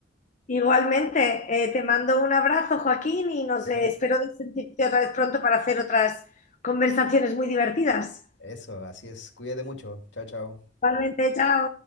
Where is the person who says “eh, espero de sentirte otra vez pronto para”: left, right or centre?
Left